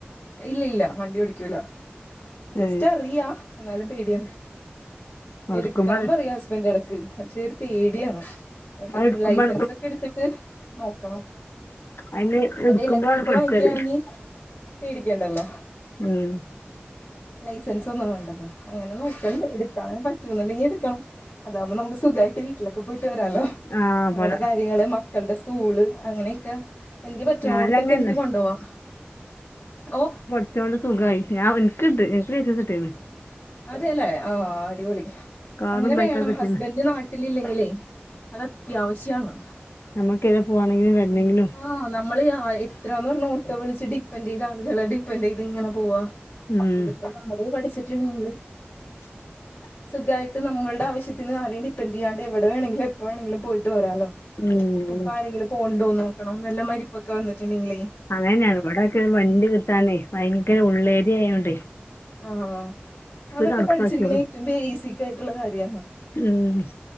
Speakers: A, on the left (about 60°); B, on the left (about 80°).
A: ഇല്ല ഇല്ല വണ്ടി ഓടിക്കൂല ജസ്റ്റ്
B: ഏ
A: അറിയാ ന്നാലും പേടിയാണ്.
B: എടുക്കുമ്പോ
A: എടുക്കാൻ
B: അത്
A: പറയും ഹസ്ബന്റ് എടക്ക് പക്ഷെ ഒരു പേടിയാണ്.
B: എടുക്കുമ്പോ
A: ലൈസൻസ് ഒക്കെ എടുത്തിട്ട് നോക്കണം.
B: അതിന് എടുക്കുമ്പോഴാണ്
A: മറ്റേ ഇലക്ട്രിക്
B: പഠിച്ചത്
A: വാങ്ങിക്കാണെങ്കി പേടിക്കണ്ടല്ലോ.
B: ഉം.
A: ലൈസൻസ് ഒന്നും വേണ്ടല്ലോ അങ്ങനെ നോക്കണ്ട് എടുക്കാൻ പറ്റുന്നുണ്ടെങ്കിഎടുക്കണം. അതാവുമ്പൊ നമുക്ക് സുഖായിട്ട് വീട്ടിലൊക്കെ പോയിട്ട് വരാലോ.
B: ആ
A: നമ്മളെ
B: പോലെ
A: കാര്യങ്ങള് മക്കള്ടെ സ്കൂള് അങ്ങനെയൊക്കെ. എനിക്ക് പറ്റുണോട്ത്തൊക്കെ
B: ഞാനങ്ങന്നെ
A: എനിക്ക് കൊണ്ടോവാ ഓ.
B: ഇ സുഖായി ഞാൻ എൻക്ക്ണ്ട് ഇനിക്ക് ലൈസൻസ് കിട്ടീൻ
A: അതെല്ലേ ആഹ് അടിപൊളി.
B: കാറും
A: അങ്ങനെ
B: ബൈക്കൊക്കെ
A: വേണം
B: കിട്ടീണ്
A: ഹസ്ബൻഡ് നാട്ടിലില്ലെങ്കിലേ അത് അത്യാവശ്യാണ്.
B: ഞമക്ക് എടെ പോവാണെങ്കിലും വരണെങ്കിലും.
A: ആഹ് നമ്മള് അഹ് എത്രാന്ന് പർഞ്ഞാ ഓട്ടോ വിളിച്ച് ഡിപ്പന്റൈത് ആളുകളെ ഡിപ്പന്റൈത്ങ്ങനെ പോവാ.
B: ഉം
A: ഇതിപ്പോ നമ്മളത് പഠിച്ചിട്ട്ണ്ടങ്കിൽ.
B: <inaudible>
A: സുഖായിട്ട് നമ്മൾടെ ആവ്ശ്യത്തിന് ആരെയും ഡിപ്പെന്റെയ്യാണ്ട് എവ്ടെ വേണെങ്കിലും എപ്പൊ വേണെങ്കിലും പോയിട്ട് വരാലൊ.
B: ഉം
A: ഇപ്പൊ ആരെങ്കിലും പോവ്ണ്ടോ നോക്കണം വല്ല മരിപ്പൊക്കെ വന്നിട്ട്ണ്ടെങ്കിലേ.
B: അങ്ങനന്നേണ് ഇവ്ടൊക്കെ വണ്ടി കിട്ടാനേ വൈങ്കര ഉള്ളേരിയായോണ്ടേ.
A: ആഹ് അതൊക്കെ
B: കണക്കാക്കിയോളൂ
A: പഠിച്ചിരിക്ക്ണ ഏറ്റവും ബേസികായിട്ടുള്ള കാര്യാ.
B: ഹ്മ്.